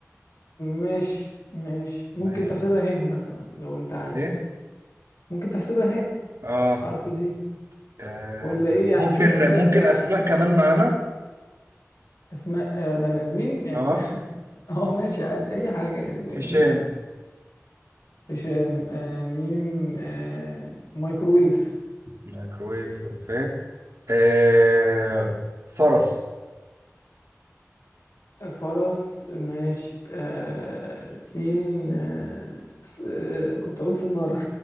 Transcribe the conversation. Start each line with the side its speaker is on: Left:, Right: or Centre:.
Left: ماشي ماشي ممكن
Right: ماشي
Left: تحسبها هيه مثلا لو انت عايز
Right: ايه
Left: ممكن تحسبها هيه
Right: آه.
Left: حرف الهيه
Right: اه
Left: ولا ايه يعني
Right: ممكن
Left: شوف كده
Right: ممكن
Left: انت
Right: اسماء كمان معانا
Left: اسماء آه، بني ادمين يعني
Right: اه
Left: بن- <laughs> اه ماشي عادي اي حاجه يعني فاهمني
Right: هشام
Left: هشام آه ميم آه مايكرويف
Right: مايكرويف فين آه. فرس
Left: آه، فرس ماشي آه سين آه س... آه كنت اقول سنارة